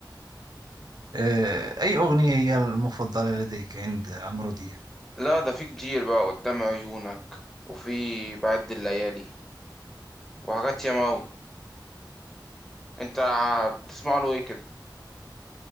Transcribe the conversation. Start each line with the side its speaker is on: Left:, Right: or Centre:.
Right: آه، أي أغنية هي المفضلة لديك عند عمرو دياب؟
Centre: لا ده في كتير بقى قدام عيونك وفي بعد الليالي وحاجات ياما قوي انت ع- بتسمع له ايه كده